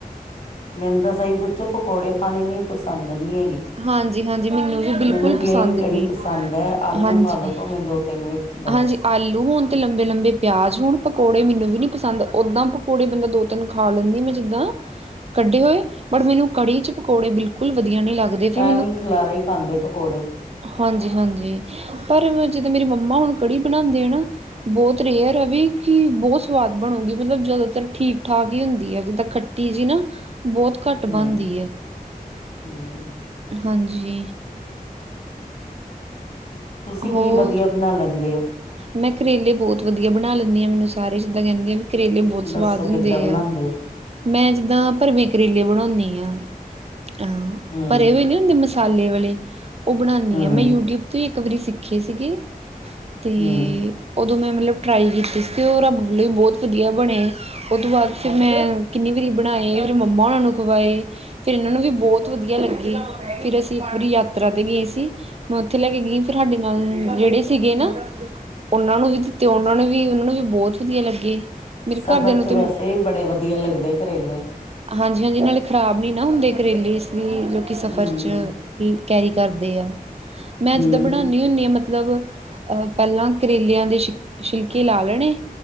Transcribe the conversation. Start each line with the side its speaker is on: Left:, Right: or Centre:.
Left: ਮੈਨੂੰ ਤਾਂ ਸਹੀ ਪੁੱਛੋ ਪਕੌੜੇ ਪਾਣੇ ਵੀ ਪਸੰਦ ਨਹੀਂ ਹੈਗੇ।
Right: ਹਾਂਜੀ ਹਾਂਜੀ ਮੈਨੂੰ ਵੀ ਬਿਲਕੁਲ
Left: ਮੈਨੂੰ ਪਲੇਨ
Right: ਪਸੰਦ
Left: ਕੜੀ
Right: ਨਹੀਂ
Left: ਪਸੰਦ ਹੈ ਆਲੂ
Right: ਹਾਂਜੀ
Left: ਪਾਲੋ ਭਾਵੇਂ ਦੋ ਤਿੰਨ ਵਿੱਚ ਬਸ
Right: ਹਾਂਜੀ ਆਲੂ ਹੋਨ ਤੇ ਲੰਬੇ ਲੰਬੇ ਪਿਆਜ ਹੁਣ ਪਕੌੜੇ ਮੈਨੂੰ ਵੀ ਨੀ ਪਸੰਦ ਓਦਾਂ ਪਕੌੜੇ ਬੰਦਾ ਦੋ ਤਿੰਨ ਖਾ ਲੈਂਦੀ ਮੈਂ ਜਿੱਦਾਂ ਕੱਢੇ ਹੋਏ ਬਟ ਮੈਨੂੰ ਕੜੀ ਚ ਪਕੌੜੇ ਬਿਲਕੁਲ ਵਧੀਆ ਨਹੀਂ ਲੱਗਦੇ ਫਿਰ
Left: ਐਵੇਂ ਖਲਾਰਾ ਹੀ ਪਾਉਦੇ ਪਕੌੜੇ
Right: ਹਾਂਜੀ ਹਾਂਜੀ ਪਰ ਜਿੱਦਾਂ ਮੇਰੀ ਮੰਮਾ ਹੁਣ ਕੜੀ ਬਣਾਉਂਦੇ ਆ ਨਾ ਬਹੁਤ ਰੇਅਰ ਹੈ ਰਵੀ ਕਿ ਬਹੁਤ ਸਵਾਦ ਬਣੂਗੀ ਮਤਲਬ ਜਿਆਦਾਤਰ ਠੀਕ ਠਾਕ ਹੀ ਹੁੰਦੀ ਹੈ ਜਿੱਦਾਂ ਖੱਟ ਤੀਜੀ ਨਾ ਬਹੁਤ ਘੱਟ ਬਣਦੀ
Left: ਹਮ
Right: ਹੈ
Left: ਹਮ
Right: ਹਾਂਜੀ
Left: ਤੁਸੀਂ
Right: ਹੋਰ
Left: ਕੀ ਵਧੀਆ ਬਣਾ ਲੈਂਦੇ ਹੋ
Right: ਮੈਂ ਕਰੇਲੇ ਬਹੁਤ ਵਧੀਆ ਬਣਾ ਲੈਂਦੀ ਹਾਂ ਮੈਨੂੰ ਸਾਰੇ ਜਿੱਦਾਂ ਕਹਿੰਦੀ ਆ ਵੀ ਕਰੇਲੇ ਬਹੁਤ ਸਵਾਦ
Left: ਦੱਸੋ
Right: ਹੁੰਦੇ
Left: ਕਿੱਦਾਂ ਬਣਾਂਦੇ
Right: ਆ
Left: ਹੋ
Right: ਮੈਂ ਜਿੱਦਾਂ ਭਰਵੇਂ ਕਰੇਲੇ ਬਣਾਉਂਦੀ ਹਾਂ ਅਹ
Left: ਹੂੰ
Right: ਭਰੇ ਹੋਏ ਨੇ ਮਸਾਲੇ ਵਾਲੇ ਉਹ ਬਣਾਉਂਦੀ
Left: ਹੂੰ
Right: ਆ ਮੈਂ ਯੂਟਿਊਬ ਤੋਂ ਹੀ ਇੱਕ ਵਾਰੀ ਸਿੱਖੇ ਸੀਗੇ ਅਤੇ
Left: ਹੂੰ
Right: ਉਦੋਂ ਮੈਂ ਮਤਲਬ ਟਰਾਈ ਕੀਤੀ ਸੀ ਉਹ ਰੱਬ ਵੱਲੋਂ ਵੀ ਬਹੁਤ ਵਧੀਆ ਬਣੇ ਉਹ ਤੋਂ ਬਾਅਦ ਫਿਰ ਮੈਂ ਕਿੰਨੀ ਵਾਰੀ ਬਣਾਏ ਫਿਰ ਮੰਮਾ ਉਹਨਾਂ ਨੂੰ ਖਵਾਏ ਫਿਰ ਇਹਨਾਂ ਨੂੰ ਵੀ ਬਹੁਤ ਵਧੀਆ ਲੱਗੀ ਫਿਰ ਅਸੀਂ ਇੱਕ ਵਾਰੀ ਯਾਤਰਾ ਤੇ ਗਏ ਸੀ ਮੈਂ ਉੱਥੇ ਲੈ ਕੇ ਗਈ ਫਿਰ ਸਾਡੇ ਨਾਲ ਜਿਹੜੇ ਸੀਗੇ ਨਾ ਉਹਨਾਂ ਨੂੰ ਵੀ ਦਿੱਤੇ ਉਹਨਾਂ ਨੂੰ ਵੀ ਉਹਨਾਂ ਨੂੰ ਵੀ ਬਹੁਤ ਵਧੀਆ ਲੱਗੇ ਮੇਰੇ
Left: ਸਫ਼ਰ
Right: ਘਰਦਿਆਂ ਨੂੰ
Left: 'ਚ
Right: ਤੇ
Left: ਵੈਸੇ ਵੀ ਬੜੇ ਵਧੀਆ ਲੱਗਦੇ ਕਰੇਲੇ
Right: ਹਾਂਜੀ ਹਾਂਜੀ ਨਾਲੇ ਖ਼ਰਾਬ ਨੀ ਨਾ ਹੁੰਦੇ ਕਰੇਲੇ ਇਸ ਲਈ ਲੋਕ ਕਿ ਸਫ਼ਰ
Left: ਹੂੰ।
Right: ਚ ਕੈਰੀ ਕਰਦੇ ਆ ਮੈਂ
Left: ਹੂੰ,
Right: ਜਿੱਦਾਂ ਬਣਾਦੀ ਹੁੰਦੀ ਹਾਂ ਮਤਲਬ ਅਹ ਪਹਿਲਾਂ ਕਰੇਲਿਆਂ ਦੇ ਸ਼ ਛਿਲਕੇ ਲਾ ਲੈਣੇ